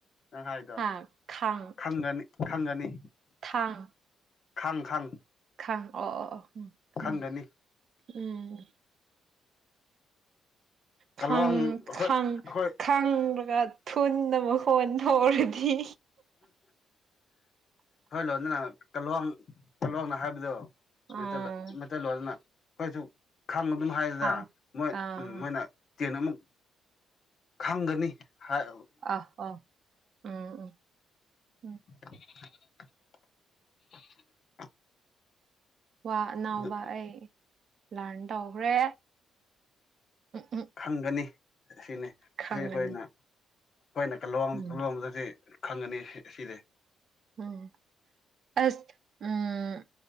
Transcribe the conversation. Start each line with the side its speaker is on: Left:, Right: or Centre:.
Left: ꯅꯪ ꯍꯥꯏꯗꯣ
Right: ꯍꯥ ꯈꯥꯡ
Left: ꯈꯪꯒꯅꯤ ꯈꯪꯒꯅꯤ
Right: ꯊꯥꯡ
Left: ꯈꯪ ꯈꯪ
Right: ꯈꯪ ꯑꯣ ꯑꯣ ꯎꯝ ꯈꯪ
Left: ꯈꯪꯒꯅꯤ
Right: ꯎꯝ
Left: ꯀꯂ꯭ꯋꯥꯡ
Right: ꯈꯪ
Left: ꯑꯩꯈꯣꯏ
Right: ꯈꯪ
Left: ꯑꯩꯈꯣꯏ
Right: ꯈꯪ꯭ꯔꯒ ꯊꯨꯅꯗ ꯃꯈꯣꯟ ꯊꯣꯛꯔꯗꯤ
Left: ꯍꯣꯏ ꯂꯣꯗꯅ ꯀꯂꯣꯡ ꯀꯂꯣꯡꯅ ꯍꯥꯏꯕꯗꯣ
Right: ꯑꯣ
Left: ꯃꯩꯇꯩꯂꯣꯟꯅ ꯃꯩꯇꯩꯂꯣꯟꯅ ꯑꯩꯈꯣꯏꯁꯨ ꯈꯥꯡꯕ ꯑꯗꯨꯝ ꯍꯥꯏꯗꯅ
Right: ꯈꯥꯡ
Left: ꯃꯣꯏ
Right: ꯑꯥ
Left: ꯎꯝ ꯃꯣꯏꯅ ꯇꯦꯅꯃꯨꯛ ꯈꯪꯒꯅꯤ ꯍꯥꯏ
Right: ꯑꯥ ꯑꯣ ꯎꯝ ꯎꯝ ꯎꯝ
Left: <unintelligible> <inaudible>
Right: ꯋꯥ ꯑꯅꯥꯎꯕ
Left: ꯑꯗꯨ
Right: ꯑꯩ ꯂꯔꯟ ꯇꯧꯈ꯭ꯔꯦ ꯎꯝ ꯎꯝ
Left: ꯈꯪꯒꯅꯤ ꯑꯁꯤꯅꯤ
Right: ꯈꯪꯉꯅꯤ
Left: ꯁꯤ ꯑꯩꯈꯣꯏꯅ ꯑꯩꯈꯣꯏꯅ ꯀꯂꯣꯡ
Right: ꯎꯝ
Left: ꯂꯣꯟꯕꯗꯁꯤ ꯈꯪꯉꯅꯤ ꯑꯁꯤ ꯁꯤꯗꯤ
Right: ꯎꯝ ꯑꯁ ꯎꯝ